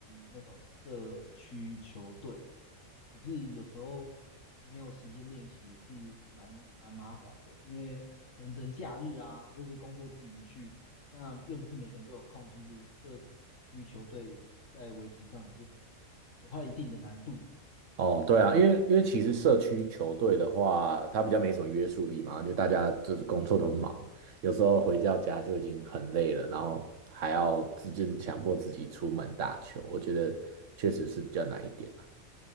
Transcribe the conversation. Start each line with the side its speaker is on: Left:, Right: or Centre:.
Left: 那种社区球队哦。可是有时候没有时间练习，也是蛮蛮麻烦的，因为可能只能假日啊，或者是工作之余去，那又不是每个人都有空。其实社区球队在维持上也是很有它一定的难度。
Right: 哦，对啊，因为因为其实社区球队的话，它比较没什么约束力嘛，就大家就是工作都忙，有时候回到家就已经很累了，然后还要自就是强迫自己出门打球，我觉得确实是比较难一点啊。